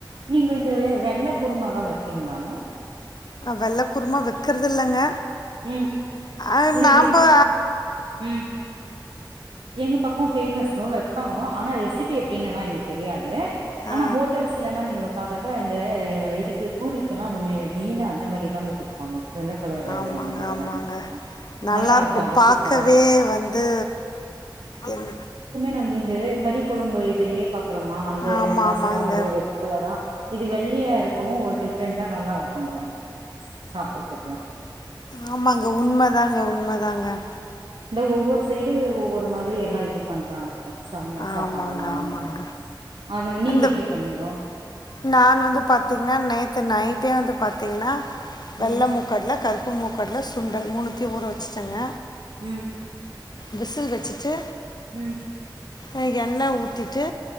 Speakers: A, on the right (about 80°); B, on the left (about 55°).
A: நீங்க இந்த வெ வெள்ளே குருமலா வெப்பீங்களாங்கோ
B: வெள்ள குருமா வெக்கிறதில்லேங்க
A: ம்
B: ஆ
A: இல்ல
B: நாம்பா
A: இ ம் எங்க பக்கோ பேமஸ்ங்கோ வெப்பாங்கோ ஆனா ரெசிபி எப்டின்னு எல்லா எனக்கு தெரியாது ஆனா
B: ஆ
A: ஹோட்டல்ஸ்ல எல்லா நீங்க பாத்த த இந்த இதுக்கு பூரிக்கெல்லா மெ மெய்னா அந்த மாரி தாங்க கொடுப்பாங்க வெள்ளே கலரு
B: ஆமாங்க
A: இதுல
B: ஆமாங்க
A: தாங்க குடுப்பாங்க
B: நல்லா இருக்கும்
A: இருக்கு அது
B: பாக்கவே
A: சூப்பரா
B: வந்து என்
A: நம் இந்த கறி கொழம்பு இதிலேயே பா க்கறோமா அந்த
B: ஆமா
A: மசாலா
B: ஆமாங்க
A: மாதிர ரெட் கலரா இது வெள்ளியா இருக்கவும் ஒரு டிஃப்ரெண்டா நல்லா இருக்கோங்க சாப்பறதுக்கு
B: ஆமாங்க உண்மைதாங்க உண்மைதான் தாங்க
A: இந்த ஒவ்வொரு சைடு ஒவ்வொரு மாதிரி எல்லாம் இது பண்றாங்க சம் சாப்பாடெல்லா
B: ஆமாங்க ஆமாங்க
A: வந்து அத நீங்க
B: அந்த
A: எப்டி பண்ணீங்கோ
B: நான் வந்து பாத்தீங்கன்னா நேத் து நைட்டே வந்து பார்த்தீங்கன்னா வெல்ல
A: ம்
B: முக்கடல க ப்பு மு க்கடல சுண்டல் மூனுத்தியும் ஊற வச் ச்சிட்டேங்க
A: உம்
B: விசில் வச்சிட்டு
A: உம்
B: அ எண்ணெய் ஊத்திட்டு